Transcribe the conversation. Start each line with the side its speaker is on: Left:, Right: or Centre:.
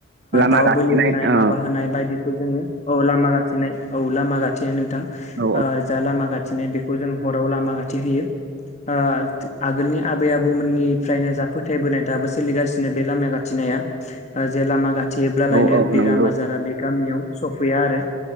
Right: लामा
Left: दाउ
Right: गाथेनाय
Left: बोलि होनाय
Right: औ
Left: माबा होनाय बायदि जोंङो औ लामा गाथेनाय औ लामा गाथेनाय नोंथां।
Right: औ
Left: ओ जा लामा गा <unintelligible> जों हराव लामा गाथे होयो ओ आगोलनि आबै आबौमोननिफ्रायनो जा फोथायबोनाय दाबो सोलिगासिनो बे लामा खाथेनाया जे लामा थेब्लालायनो
Right: औ औ
Left: बेराम
Right: नंगौ
Left: आजारा बे गामियाव सफैया आरो